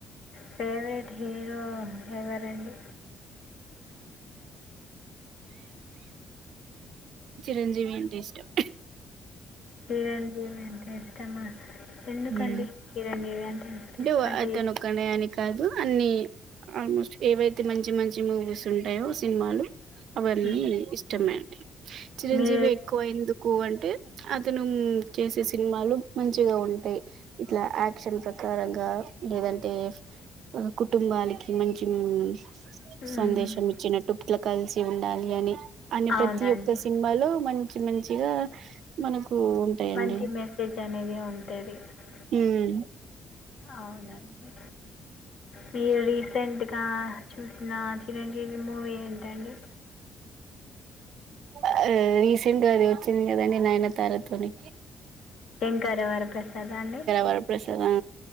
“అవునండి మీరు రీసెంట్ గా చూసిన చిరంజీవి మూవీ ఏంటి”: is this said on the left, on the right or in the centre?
Left